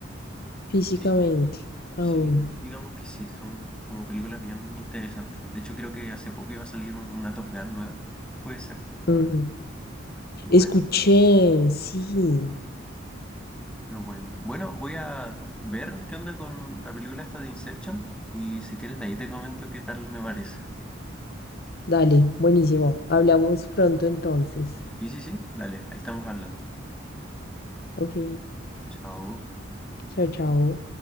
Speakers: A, on the left; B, in the centre.
A: físicamente
B: Sí, Sí,
A: aún.
B: digamos que sí, son como películas bien interesantes. De hecho, creo que hace poco iba a salir un- una Top Gun nueva, puede ser.
A: Ujú.
B: Y Bueno,
A: Escuché, sí.
B: pero bueno. Bueno, voy a ver qué onda con la película esta de Inception y si quieres de ahí te comento qué tal me parece.
A: Dale, buenísimo. Hablamos pronto entonces.
B: Sí, sí, sí, dale, ahí estamos hablando.
A: Ok,
B: Chao.
A: chao, chao.